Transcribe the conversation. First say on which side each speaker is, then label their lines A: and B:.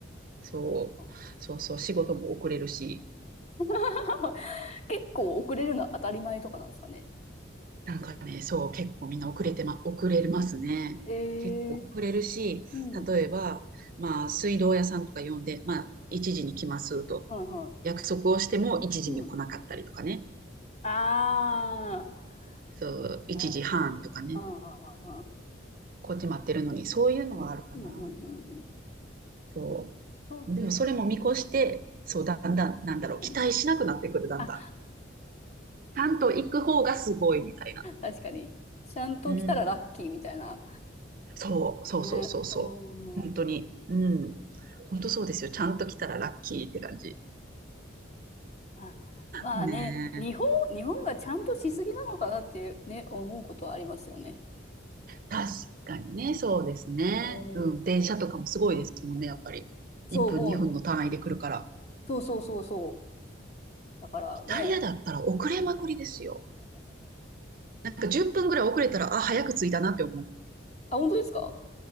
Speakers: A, on the right; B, on the left.
A: そう、
B: そうそう
A: そうそう、仕事も遅れるし、
B: <laughs> 結構遅れるのは当たり前とかなんですかね。
A: なんかね、そう、結構みんな遅れてま、遅れますね。
B: ええ
A: 結構遅れるし、
B: うん。
A: 例えば、まあ、水道屋さんとか呼んで、まあ、1時に来ますと、
B: はいは
A: 約束をしても一時に来なかったりとかね、
B: い。うん。ああ。
A: そう、1時半とかね、
B: まあまあ。うん
A: こっち待ってるのに、そういうのはあるかな。
B: うんうんうん。うんうんうん
A: そ
B: そうです
A: う。でも、それも見越して、そう、だんだん、
B: ね。
A: なんだろう、
B: うんうん。
A: 期待しなくなってくる、だんだん。
B: あ、
A: ちゃんと行く方がすごいみたいな。
B: 確かに。ちゃんと来たらラッキーみたいな。
A: うん。そう、そうそうそうそう。
B: ね。う
A: 本当に。
B: ん。
A: うん。本当そうですよ。ちゃんと来たらラッキーって感じ。
B: まあ、まあね、
A: ねえ。
B: 日本、日本がちゃんとしすぎなのかなってね、思うことはありますよね。
A: 確かにね、そうですね。
B: うん。
A: うん。電車とかもすごいですもんね、やっぱり。
B: そうもう。
A: 1分、2分の単位で来るから。
B: そうそうそうそう。だからね。
A: イタリアだったら遅れまくりですよ。なんか10分ぐらい遅れたら、あ、早く着いたなって思う。
B: あ、本当ですか